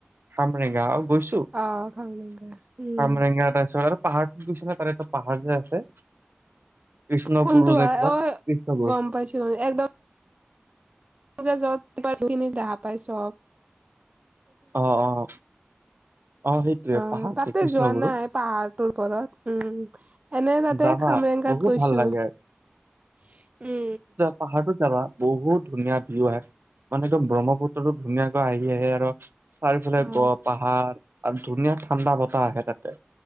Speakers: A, on the right; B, on the right.
A: হামৰেগা গৈছো
B: অ কামৰেংগা উম
A: আমৰেগা তাৰছত আৰু পাহাৰটোত গৈছে নে কাৰণটো পাহাৰ যে আছে কৃষ্ণগুৰু
B: কোনটো
A: নে
B: হয়
A: কিবা
B: অ
A: কৃষ্ণগুৰু।
B: গম পাইছো একদম পজা যত তিন দো পাইছো
A: অহ অ সেইটোৱে
B: অ
A: পাহাৰটো
B: তাতে
A: কৃষ্ণগুৰু
B: যোৱা নাই পাহাৰটোৰ ওছৰত উম এনে তাতে
A: যাবা
B: খামৰেংকাত
A: বহুত
B: গৈছো
A: ভাল লাগে।
B: উম
A: পাহাৰো যাবা বহুত ধুনীয়া ভিউ আহে মানে একদম ব্ৰহ্মপুত্ৰো ধুনীয়াকৈ আহি আহে আৰু চাৰিওফালে
B: অ
A: গড পাহাৰ আৰু ধুনীয়া ঠাণ্ডা বতাহ আহে তাতে